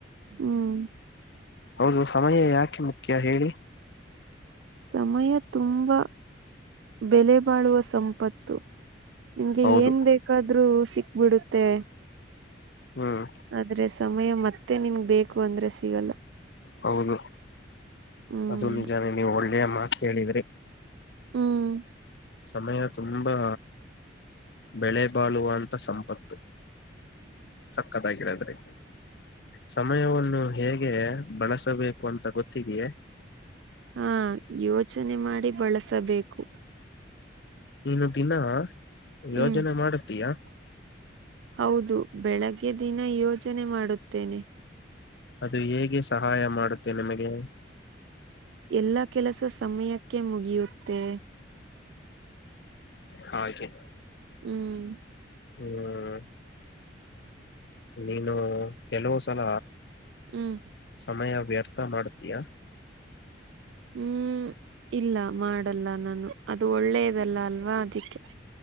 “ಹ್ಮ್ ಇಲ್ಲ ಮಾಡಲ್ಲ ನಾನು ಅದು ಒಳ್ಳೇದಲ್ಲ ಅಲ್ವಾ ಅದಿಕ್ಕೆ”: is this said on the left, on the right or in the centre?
Right